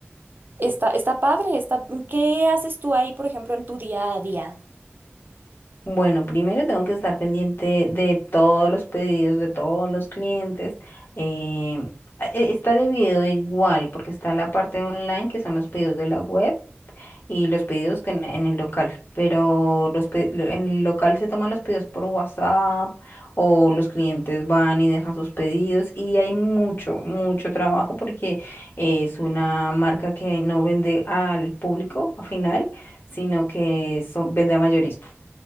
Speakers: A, on the right; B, on the left.
A: está, está padre, está... ¿Qué haces tú ahí, por ejemplo, en tu día a día?
B: Bueno, primero tengo que estar pendiente de todos los pedidos de todos los clientes. em, e- e, está dividido igual porque está la parte online, que son los pedidos de la web, y los pedidos que en, en el local, pero los pe- lo- en el local se toman los pedidos por WhatsApp o los clientes van y dejan sus pedidos y hay mucho, mucho trabajo porque es una marca que no vende al público al final, sino que son- vende a mayoristas.